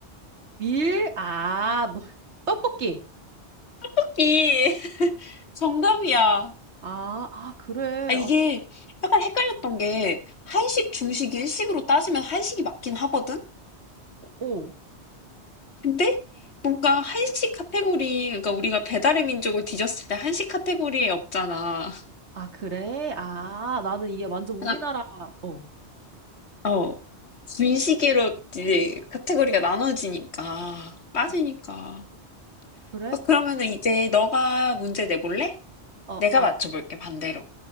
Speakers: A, on the right (about 75°); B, on the left (about 70°).
A: 밀? 아, 너, 떡볶이.
B: 토끼 <laughs> 정답이야.
A: 아, 아, 그래.
B: 아, 이게
A: 아, 진,
B: 약간 헷갈렸던 게 한식, 중식, 일식으로 따지면 한식이 맞긴 하거든?
A: 어. 어.
B: 근데 뭔가 한식 카테고리, 그러니까 우리가 배달의 민족을 뒤졌을 때 한식 카테고리에 없잖아.
A: 아, 그래? 아, 나는 이게 완전 우리나라,
B: 하나,
A: 어,
B: 어, 분식으로 이제 카테고리가 나눠지니까, 빠지니까.
A: 음. 그래?
B: 어, 그러면은 이제 너가 문제 내볼래?
A: 어,
B: 내가
A: 나,
B: 맞춰볼게, 반대로.